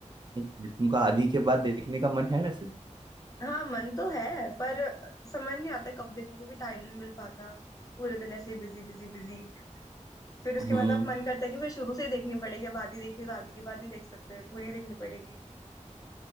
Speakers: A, on the right; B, on the left.
A: एक मिनट, तुमका आधी के बाद देखने का मन है वैसे
B: हाँ मन तो है पर समझ नहीं आता कब देखूं क्योंकि टाइम नहीं मिल पाता पूरे दिन ऐसे बिजी बिजी बिजी फिर उसके
A: हम्म
B: बाद अब मन करता है कि फिर शुरू से ही देखनी पड़ेगी अब आधी देखी तो आधी के बाद नहीं देख सकते पूरी देखनी पड़ेगी